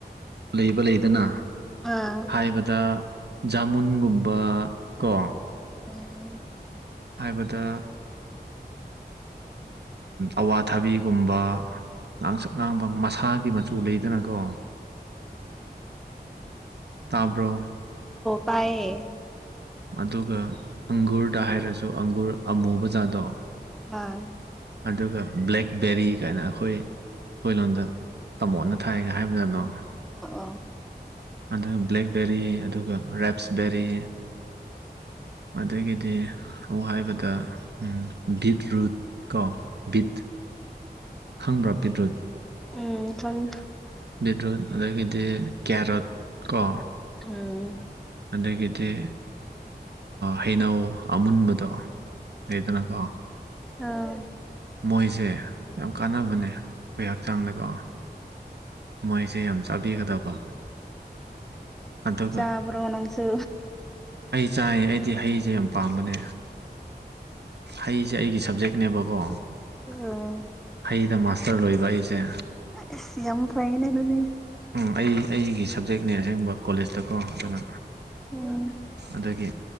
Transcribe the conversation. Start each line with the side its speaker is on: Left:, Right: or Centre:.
Right: ꯂꯩꯕ ꯂꯩꯗꯅ
Centre: ꯑꯥ
Right: ꯍꯥꯏꯕꯗ ꯖꯥꯃꯨꯟꯒꯨꯝꯕ ꯀꯣ
Centre: ꯎꯝ
Right: ꯍꯥꯏꯕꯗ ꯑꯋꯥꯊꯥꯕꯤꯒꯨꯝꯕ ꯉꯥꯡꯁꯛ ꯉꯥꯡꯕ ꯃꯁꯥꯒꯤ ꯃꯆꯨ ꯂꯩꯗꯅꯀꯣ
Centre: ꯎꯝ <inaudible>
Right: ꯇꯥꯕ꯭ꯔꯣ
Centre: ꯄꯥꯢꯌꯦ
Right: ꯑꯗꯨꯒ ꯑꯪꯒꯨꯔꯗ ꯍꯥꯏꯔꯁꯨ ꯑꯪꯒꯨꯔ ꯑꯃꯨꯕ ꯖꯥꯠꯗꯣ
Centre: ꯑꯥ
Right: ꯑꯗꯨꯒ ꯕ꯭ꯂꯦꯛꯕꯦꯔꯤ ꯀꯥꯏꯅ ꯑꯩꯈꯣꯏ ꯑꯩꯈꯣꯏ ꯂꯣꯟꯗ ꯇꯥꯃꯣꯠꯅ ꯊꯥꯏꯒ ꯍꯥꯏꯕꯖꯥꯠꯅꯣ <inaudible>
Centre: ꯑ ꯑꯥ
Right: ꯑꯗꯨꯒ ꯕ꯭ꯂꯦꯛꯕꯦꯔꯤ ꯑꯗꯨꯒ ꯔꯦꯞꯁꯕꯦꯔꯤ ꯑꯗꯒꯤꯗꯤ ꯑꯃꯨꯛ ꯍꯥꯏꯕꯗ ꯕꯤꯠꯔꯨꯠ ꯀꯣ ꯕꯤꯠ ꯈꯪꯕ꯭ꯔꯥ ꯕꯤꯠ꯭ꯔꯨꯠ
Centre: ꯎꯝ ꯈꯪꯢ
Right: ꯕꯤꯠꯔꯨꯠ ꯑꯗꯒꯤꯗꯤ ꯀꯦꯔꯣꯠ ꯀꯣ
Centre: ꯎꯝ
Right: ꯑꯗꯒꯤꯗꯤ ꯍꯩꯅꯧ ꯑꯃꯨꯟꯕꯗꯣ ꯂꯩꯗꯅꯀꯣ
Centre: ꯑꯥꯎ
Right: ꯃꯣꯏꯁꯦ ꯌꯥꯝ ꯀꯥꯟꯅꯕꯅꯦ ꯑꯩꯈꯣꯏ ꯍꯛꯆꯥꯡꯗꯀꯣ ꯃꯣꯏꯁꯦ ꯌꯥꯝ ꯆꯥꯕꯤꯒꯗꯕ ꯑꯗꯨꯒ
Centre: ꯆꯥꯕ꯭ꯔꯣ ꯅꯪꯁꯨ
Right: ꯑꯩ ꯆꯥꯏ ꯑꯩꯗꯤ ꯍꯩꯁꯦ ꯌꯥꯝ ꯄꯥꯝꯕꯅꯦ ꯍꯩꯁꯦ ꯑꯩꯒꯤ ꯁꯕꯖꯦꯛ ꯅꯦꯕꯀꯣ
Centre: ꯎꯝ
Right: ꯍꯩꯗ ꯃꯥꯁꯇꯔ ꯂꯣꯏꯕ ꯑꯩꯁꯦ
Centre: ꯑꯁ ꯌꯥꯝ ꯐꯩꯅꯦ ꯑꯗꯨꯗꯤ
Right: ꯎꯝ ꯑꯩ ꯑꯩꯒꯤ ꯁꯕꯖꯦꯛꯅꯦ ꯑꯁꯦꯡꯕ ꯀꯣꯂꯦꯖꯇꯀꯣ ꯑꯗꯨꯅ
Centre: ꯎꯝ
Right: ꯑꯗꯒꯤ